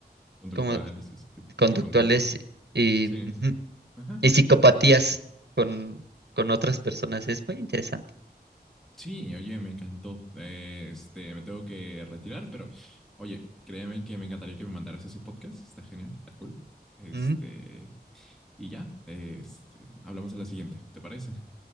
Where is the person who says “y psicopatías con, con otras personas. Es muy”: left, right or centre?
Right